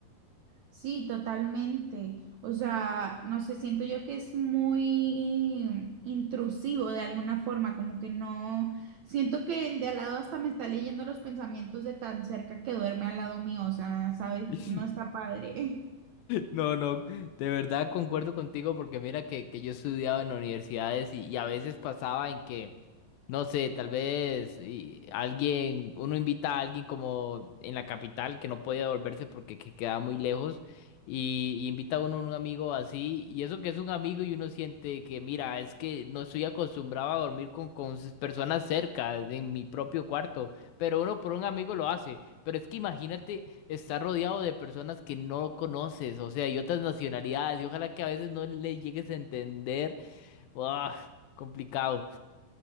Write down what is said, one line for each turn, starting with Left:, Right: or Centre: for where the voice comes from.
Right: Sí, totalmente. O sea, no sé, siento yo que es muy intrusivo de alguna forma, como que no, siento que el de al lado hasta me está leyendo los pensamientos de tan cerca que duerme al lado mío, o sea, ¿sabes?
Left: <laughs>
Right: No está padre.
Left: No, no, de verdad concuerdo contigo, porque mira que, que yo he estudiado en universidades y, y a veces pasaba en que No sé, tal vez y alguien, uno invita a alguien como en la capital que no puede devolverse porque que queda muy lejos y, y invita a uno a un amigo así y eso que es un amigo y uno siente que mira, es que no estoy acostumbrado a dormir con, con sus personas cerca en mi propio cuarto, pero uno por un amigo lo hace, pero es que imagínate estar rodeado de personas que no conoces, o sea, y otras nacionalidades y ojalá que a veces no le llegues a entender, ¡Uah! complicado.